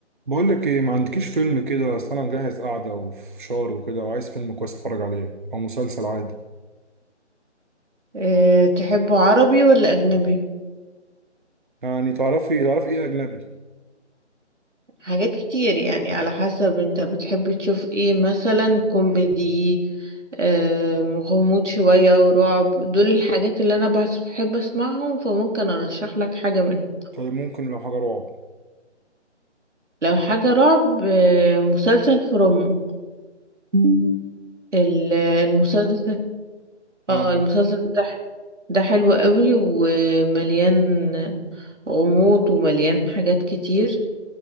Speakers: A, on the right (about 45°); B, on the right (about 80°).
A: بقول لك ايه ما عندكيش فيلم كده اصل انا مجهز قعده وفشار وكده وعايز فيلم كويس اتفرج عليه او مسلسل عادي
B: أه تحبه عربي ولا أجنبي؟
A: يعني تعرفي تعرفي ايه اجنبي
B: حاجات كتير يعني على حسب انت بتحب تشوف ايه مثلا كوميدي أه غموض شوية ورعب دول الحاجات اللي أنا بس- بحب أسمعهم فممكن أرشح لك حاجة منهم
A: طيب ممكن لو حاجه رعب
B: لو حاجة رعب أه مسلسل فروم مم. ال- المسلسل اه
A: اه ماشي
B: المسلسل ده ده حلو قوي ومليان غموض ومليان حاجات كتير